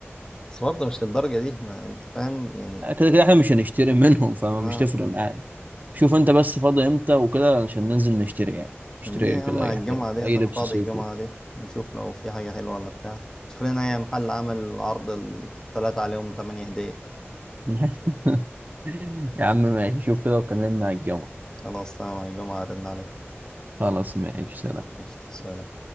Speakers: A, on the left; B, on the right.
A: بس برضه مش للدرجه دي ما انت فاهم يعني
B: كده كده احنا مش هنشتري منهم فمش
A: اه
B: تفرق معانا شوف انت بس فاضي امتى وكده عشان ننزل نشتري يعني نشتري
A: دي يا
B: كده
A: عم على
B: اي حاجه
A: الجمعه ديت
B: اي
A: انا
B: لبس
A: فاضي
B: صيفي
A: الجمعه دي نشوف لو في حاجه حلوه ولا بتاع شوف لنا اي محل عمل عرض الثلاثه عليهم 8 هديه
B: <laughs> يا عم ماشي شوف كده وكلمنا على الجمعة
A: خلاص تمام على الجمعه ارن عليك
B: خلاص ماشي سلام
A: ماشي سلام.